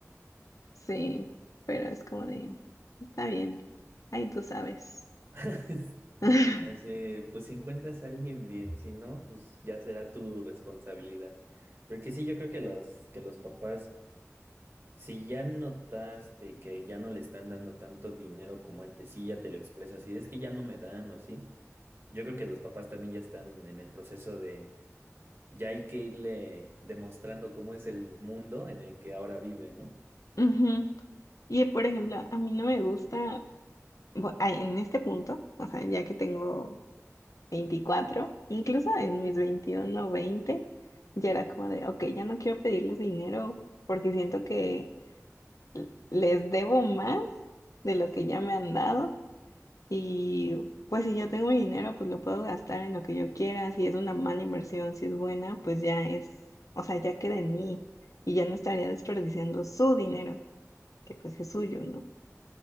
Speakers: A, on the left; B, on the right.
A: sí, pero es como de, está bien, ahí tú sabes.
B: <laughs>
A: <laughs>
B: Así, pues si encuentras a alguien bien, si no, pues ya será tu responsabilidad. Porque sí, yo creo que los, que los papás Si ya notaste que ya no le están dando tanto dinero como antes, sí, ya te lo expresas, y es que ya no me dan o así. Yo creo que los papás también ya están en el proceso de, ya hay que irle demostrando cómo es el mundo en el que ahora vive, ¿no?
A: Ujú. Y por ejemplo, a mí no me gusta bu- a- en este punto, o sea, ya que tengo 24 incluso en mis 21 o 20, ya era como de, ok, ya no quiero pedirles dinero porque siento que l- les debo más de lo que ya me han dado y pues si yo tengo mi dinero, pues lo puedo gastar en lo que yo quiera, si es una mala inversión, si es buena, pues ya es, o sea, ya queda en mí y ya no estaría desperdiciando su dinero, que pues es suyo, ¿no?